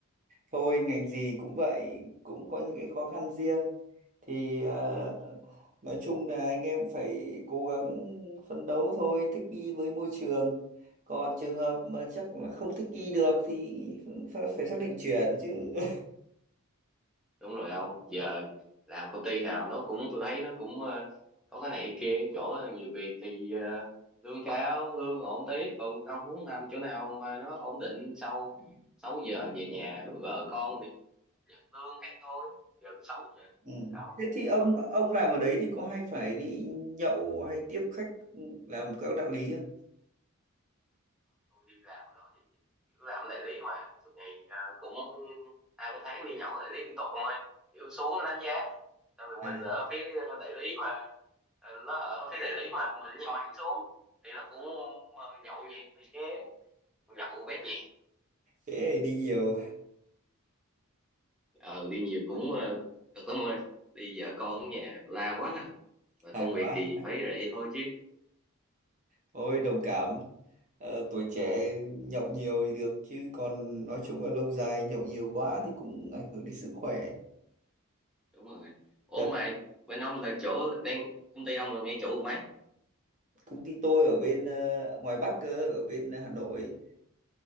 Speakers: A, on the right; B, in the centre.
A: thôi ngành gì cũng vậy cũng có những cái khó khăn riêng thì ờ,
B: Ừ.
A: nói chung là anh em cũng phải cố gắng phấn đấu thôi thích nghi với môi trường còn trường hợp mà chắc là không thích nghi được thì phải, phải xác định chuyển chứ <laughs>
B: đúng rồi không giờ làm công ty nào nó cũng tôi thấy nó cũng ờ, có cái này cái kia chỗ nhiều việc thì ờ, lương cao lương ổn tí còn ông muốn làm chỗ nào mà nó ổn định sau 6 giờ về nhà với vợ con thì nhận lương cái thôi giờ cũng sống mà.
A: ừ.
B: Đâu.
A: thế thì ông ông làm ở đấy thì có hay phải đi nhậu hay tiếp khách làm các đạo lý không
B: tôi đi làm đó thì kiểu làm đại lý mà suốt ngày à, cũng hai ba tháng đi nhậu đại lý liên tục không ơi kiểu xuống đánh giá xong rồi
A: à
B: mình ở phía đại lý mà à, nó ở phía đại lý mà mình ở nhà máy xuống thì nó cũng à, nhậu nhẹt này kia nhậu bét nhẹ
A: thế thì đi nhiều
B: ờ đi nhiều cũng ờ, cực lắm ơi đi vợ con ở nhà la quá và
A: <laughs>
B: công
A: là quá
B: việc thì phải vậy thôi chứ
A: Ôi đồng cảm Ờ, tuổi trẻ nhậu nhiều thì được chứ còn nói chung là lâu dài nhậu nhiều quá thì cũng ảnh hưởng đến sức khỏe.
B: đúng rồi ủa
A: Đợt
B: mà bên ông là chỗ đang công ty ông là ngay chỗ mấy
A: công ty tôi ở bên ờ, ngoài Bắc cơ, ở bên Hà Nội.